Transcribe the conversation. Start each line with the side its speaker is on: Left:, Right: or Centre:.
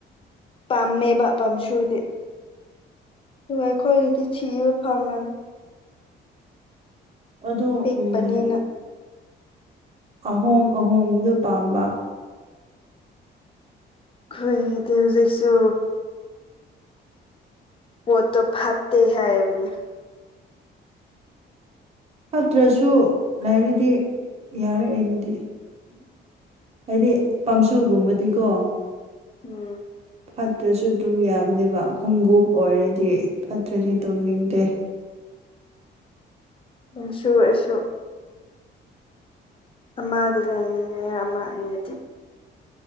Left: ꯄꯥꯝꯃꯦꯕ ꯄꯝ ꯁꯨꯗꯤ ꯇꯨꯡ ꯑꯩꯈꯣꯏꯗꯤ ꯁꯤꯕ ꯐꯥꯉꯔ
Right: ꯑꯗꯣ
Left: ꯄꯤꯛꯄꯅꯤꯅ
Right: ꯎꯝ ꯑꯍꯣꯡ ꯑꯍꯣꯡꯕꯗꯨ ꯄꯥꯝꯕ
Left: ꯈꯣꯏ ꯇ ꯍꯧꯖꯦꯛꯁꯨꯁꯨ ꯑꯣ ꯇꯣ ꯐꯠꯇꯠꯇ ꯍꯥꯏꯕꯅꯤ
Right: ꯅꯠꯇ꯭ꯔꯁꯨ ꯂꯩꯔꯗꯤ ꯌꯥꯔꯦ ꯑꯩꯒꯤꯗꯤ ꯍꯥꯏꯗꯤ ꯄꯥꯝꯁꯨꯒꯨꯝꯕꯗꯤꯀꯣ
Left: ꯎꯝ
Right: ꯐꯠꯇ꯭ꯔꯁꯨ ꯑꯗꯨꯝ ꯌꯥꯕꯅꯦꯕ ꯈꯣꯡꯎꯞ ꯑꯣꯏꯔꯗꯤ ꯗ꯭ꯔꯖꯤ ꯇꯣꯡꯅꯤꯡꯗꯦ
Left: ꯎꯝꯁꯨ ꯑꯩꯁꯨ ꯑꯃꯗꯤ ꯂꯩꯅꯤꯡꯉꯦ ꯑꯃ ꯑꯅꯤꯗꯤ